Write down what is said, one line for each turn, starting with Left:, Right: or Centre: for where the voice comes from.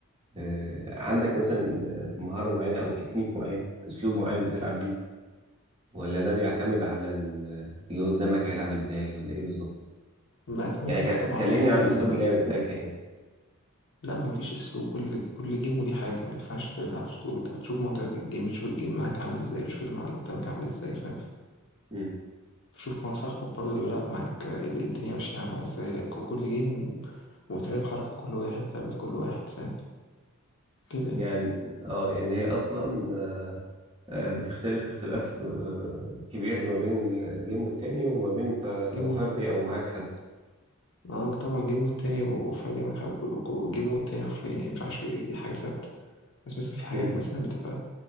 Right: آه، عندك مثلا آه، مهارة معينة او تكنيك معين اسلوب معين بتلعب بيه ولا ده بيعتمد على ال- اللي قدامك هيلعب ازاي ولا ايه بالظبط
Left: معتمد
Right: يعني ك-
Left: لا طبعا
Right: كلمني
Left: كل
Right: عن
Left: جيم
Right: اسلوب
Left: و...
Right: اللعب بتاعتها يعني
Left: لا ما فيش اسلوب كل كل جيم وليه حاجه ما ينفعش تلعب اسلوب انت بتشوف منطقات الجيم بتشوف الجيم معاك عامل ازاي بتشوف اللي مع اللي قدامك عامل ازاي فاهم
Right: مم.
Left: شوف مع صاحبك برضه اللي بيلعب معاك آه، ال- الدنيا ماشية عاملة ازاي يعني كل كل جيم وتراقب حركة كل واحد لعبة كل واحد فاهم كده
Right: يعني اه يعني هي اصلا آه، بتختلف اختلاف آه، كبير ما بين الجيم والتاني وما بين انت
Left: جيم
Right: لو فردي
Left: و...
Right: او معاك حد
Left: اه طبعا جيم والتاني وفردي معاك حاجة جيم والتاني حرفيا يعني مينفعش دي حاجة ثابتة بس مثلا في حاجات
Right: مم.
Left: مثلا بتبقى